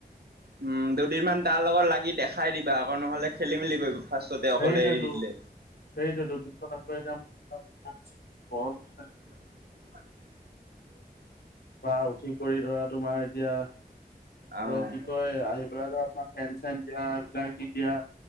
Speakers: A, on the right; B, on the left.
A: উম, দু দিমান তাৰ লগত লাগি দেখাই দিবা, আকৌ নহ'লে খেলি মেলি কৰিব। ফাৰ্ষ্টতে অকলে
B: সেইটোৱেটো,
A: এৰি দিলে।
B: সেইটোৱেটো বিশটকাতকৈ এতিয়া মোৰ এটা
A: <unintelligible>
B: বা উঠি কৰি ধৰা তোমাৰ এতিয়া
A: অ',
B: এ, কি কয় আহি পেলাই যে তোমাৰ ফেন চেন দিয়া এইবিলাক দিয়া